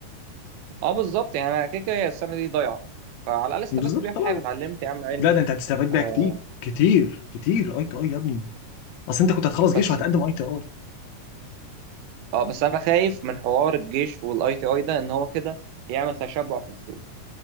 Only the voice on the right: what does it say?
اه بالظبط يعني انا كده كده هي السنه دي ضايعه فعلى الاقل استفدت
بيها
في حاجه اتعلمت يا عم علم
آه
بس
اه بس انا خايف من حوار الجيش والاي تي اي ده ان هو كده يعمل تشبع في السوق